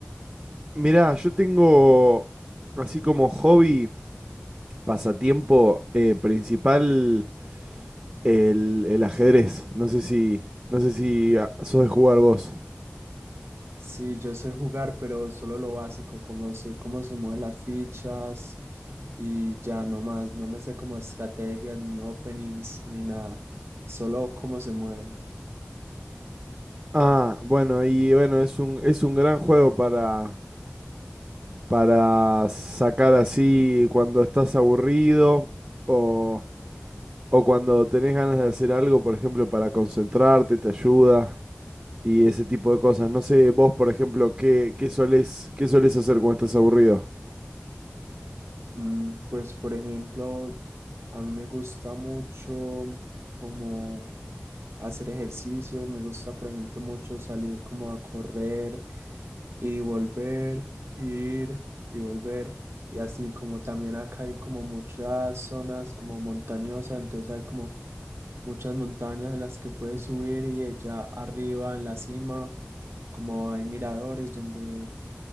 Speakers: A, on the right; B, on the right.
A: Mirá, yo tengo así como hobby, pasatiempo eh, principal el, el ajedrez. No sé si, no sé si ah, sos de jugar vos.
B: Sí, yo sé jugar, pero solo lo básico, como sé cómo se mueven las fichas y ya no más, no me sé como estrategias ni openings ni nada, solo cómo se mueven.
A: Ah, bueno, y bueno, es un, es un gran juego para, para sacar así cuando estás aburrido o, o cuando tenés ganas de hacer algo, por ejemplo, para concentrarte, te ayuda. y ese tipo de cosas. No sé, vos, por ejemplo, ¿qué, qué solés, qué solés hacer cuando estás aburrido?
B: Mm, Pues, por ejemplo, a mí me gusta mucho como hacer ejercicio, me gusta, por ejemplo, mucho salir como a correr y volver, ir y volver. Y así como también acá hay como muchas zonas como montañosas, entonces hay como muchas montañas en las que puedes subir y allá arriba en la cima, como hay miradores donde